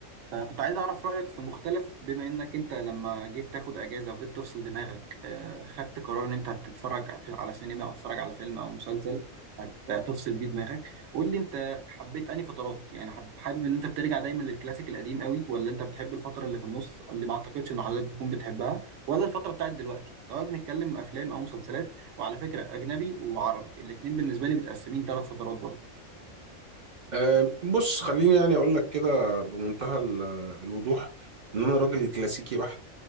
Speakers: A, on the right; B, on the right.
A: فكنت عايز أعرف رأيك في مختلف بما إنك أنت لما جيت تاخد أجازة وجيت تفصل دماغك آه، خدت قرار إن أنت هتتفرج في- على سينما أو تتفرج على فيلم أو مسلسل هت- هتفصل بيه دماغك قول لي أنت حبيت أنهي فترات يعني حب- حابب إن أنت بترجع دايما للكلاسيك القديم قوي ولا أنت بتحب الفترة اللي في النص اللي ما أعتقدش إن حضرتك بتكون بتحبها ولا الفترة بتاعت دلوقتي سواء بنتكلم أفلام أو مسلسلات وعلى فكرة أجنبي وعربي الاتنين بالنسبة لي متقسمين ثلاث فترات برضه
B: أه بص خليني يعني اقول لك كده بمنتهى ال- الوضوح ان انا راجل كلاسيكي بحت